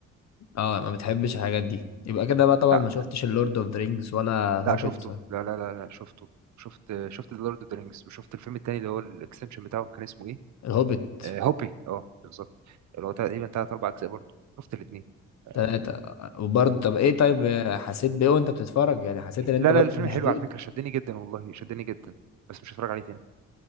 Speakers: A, on the left; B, on the right.
A: اه ما بتحبش الحاجات دي يبقى كده بقى طبعا
B: لا
A: ما شفتش اللورد اوف ذا رينجز ولا الهوبيت
B: لا شفته لا لا لا, لا شفته شفت شفت ذا لورد اوف ذا رينجز وشفت الفيلم التاني اللي هو الاكستنشن بتاعه كان اسمه ايه؟
A: الهوبيت
B: آه هوبي اه بالظبط اللي هو تقريبا ثلاث اربع اجزاء برضه شفت الاثنين آه
A: تلاتة وبرضه طب ايه طيب آه، حسيت بايه وانت بتتفرج يعني حسيت ان انت
B: لا
A: برضه
B: لا الفيلم
A: مشدود
B: حلو على فكره شدني جدا والله شدني جدا بس مش هتفرج عليه تاني